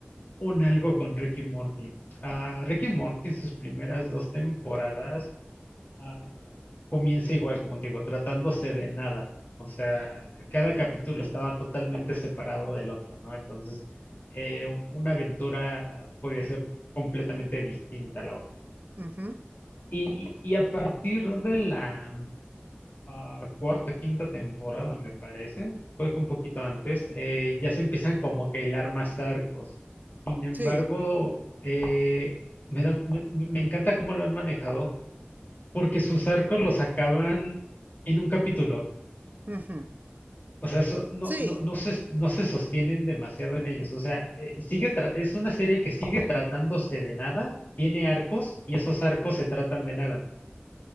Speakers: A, on the left; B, on the right.
A: un algo con Rick y Morty. A Rick y Morty, sus primeras dos temporadas ah, comienza igual, como te digo, tratándose de nada. O sea, cada capítulo estaba totalmente separado del otro, ¿no? Entonces, eh, un- una aventura podía ser completamente distinta a la otra.
B: Ujú.
A: Y, y a partir de la ah, cuarta, quinta temporada, me parece, fue que un poquito antes, eh, ya se empiezan como que a hilar más arcos. Sin embargo,
B: Sí.
A: eh, me da- me me- me encanta cómo lo han manejado porque sus arcos los acaban en un capítulo.
B: Ujú.
A: O sea, so- no,
B: Sí.
A: no, no se, no se sostienen demasiado en ellos. O sea, eh, sigue tra- es una serie que sigue tratándose de nada, tiene arcos y esos arcos se tratan de nada.